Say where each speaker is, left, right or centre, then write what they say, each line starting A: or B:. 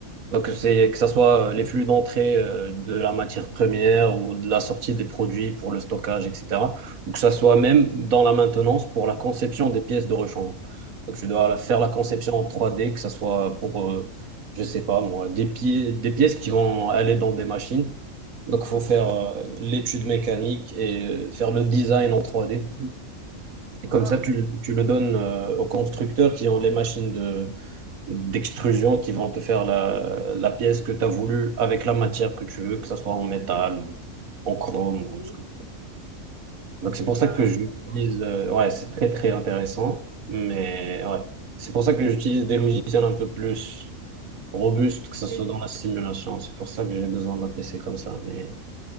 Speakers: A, on the right; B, on the right.
A: Donc, c'est que ce soit euh, les flux d'entrée euh, de la matière première ou de la sortie des produits pour le stockage, etc. Ou que ce soit
B: Ok.
A: même dans la maintenance pour la conception des pièces de rechange. Donc, je dois la- faire la conception
B: Oh,
A: en 3D, que ce soit pour, euh, je sais pas moi, des, pi- des pièces qui vont aller dans des machines. Donc, il faut
B: ok.
A: faire euh, l'étude mécanique et euh, faire le design en 3D. Et
B: Waouh.
A: comme ça, tu, tu le donnes euh, aux constructeurs qui ont les machines de d'extrusion qui vont te faire la, la pièce que tu as voulu avec la matière que tu veux, que ça soit en métal ou en chrome
B: Ok.
A: ou
B: Et
A: ce que tu veux. Donc
B: c'est
A: c'est pour
B: hyper
A: ça que
B: intéressant.
A: j'utilise, euh, ouais, c'est très très intéressant, mais ouais, c'est pour ça que j'utilise des logiciels un peu plus robustes,
B: Poussé.
A: que ce soit dans la simulation. C'est pour ça que j'ai besoin d'un PC comme ça. Mais